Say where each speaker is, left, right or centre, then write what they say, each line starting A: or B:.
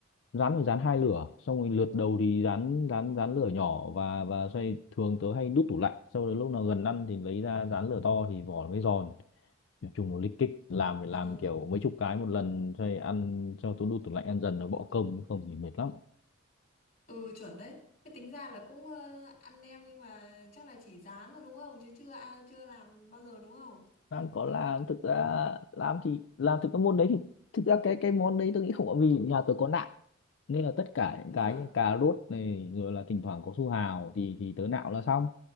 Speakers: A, on the left (about 65°); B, on the left (about 50°).
A: rán phải rán hai lửa xong rồi lượt đầu thì rán rán rán lửa nhỏ và và xoay thường tớ hay đút tủ lạnh sau đó lúc nào gần ăn thì lấy ra rán lửa to thì vỏ nó mới giòn Nói chung là lích kích làm phải
B: ừ,
A: làm kiểu mấy chục cái một lần xoay ăn cho tớ đút tủ lạnh ăn dần nó bỏ công không thì mệt lắm
B: ừ chuẩn đấy cái tính ra là cũng ờ, ăn nem nhưng mà chắc là chỉ rán rồi đúng không chứ chưa à, chưa làm bao giờ đúng không
A: Lan có làm thực ra làm thì làm thực cái môn đấy thì thực ra cái cái món đấy tôi nghĩ không có vì nhà tôi có nạm nên là tất cả những
B: ờ
A: cái như cà rốt này rồi là thỉnh thoảng có su hào thì thì tớ nạo là xong